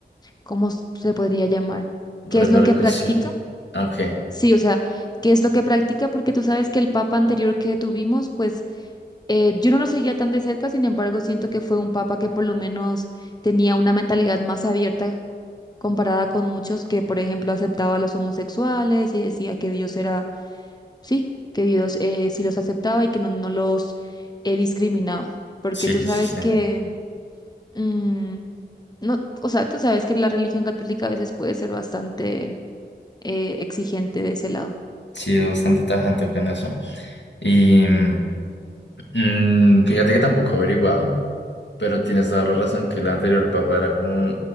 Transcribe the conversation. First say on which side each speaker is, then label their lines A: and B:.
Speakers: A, on the left; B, on the left.
A: ¿cómo s- se podría llamar? ¿Qué
B: Repercusión.
A: es lo que practica?
B: Ah, Ok.
A: Sí, o sea, ¿qué es lo que practica? Porque tú sabes que el papa anterior que tuvimos, pues eh, yo no lo seguía tan de cerca, sin embargo, siento que fue un papa que por lo menos tenía una mentalidad más abierta comparada con muchos que, por ejemplo, aceptaba a los homosexuales y decía que Dios era, sí, que Dios eh, sí los aceptaba y que no, no los eh, discriminaba, porque
B: Sí,
A: tú sabes
B: sí, sí.
A: que, mm, no, o sea, tú sabes que la religión católica a veces puede ser bastante eh, exigente de ese lado.
B: Sí, es bastante tajante con eso. Y mm, mm, fíjate que tampoco he averiguado. Pero tienes toda la razón que el anterior papa era como